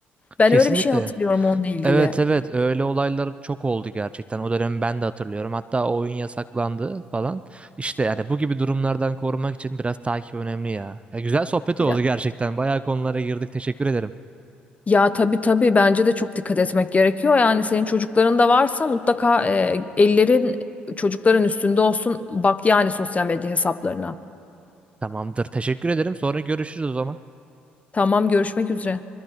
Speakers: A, on the left; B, on the right.
A: Ben
B: Kesinlikle.
A: öyle bir şey hatırlıyorum onunla ilgili.
B: Evet evet öyle olaylar çok oldu gerçekten. O dönemi ben de hatırlıyorum. Hatta o oyun yasaklandı falan. İşte yani bu gibi durumlardan korumak için biraz takip önemli ya. Ya güzel sohbet oldu
A: Ya,
B: gerçekten. Bayağı konulara girdik. Teşekkür ederim.
A: ya tabii tabii bence de çok dikkat etmek gerekiyor. Yani senin çocukların da varsa mutlaka e, ellerin çocukların üstünde olsun. Bak yani sosyal medya hesaplarına.
B: Tamamdır. Teşekkür ederim. Sonra görüşürüz o zaman.
A: Tamam görüşmek üzere.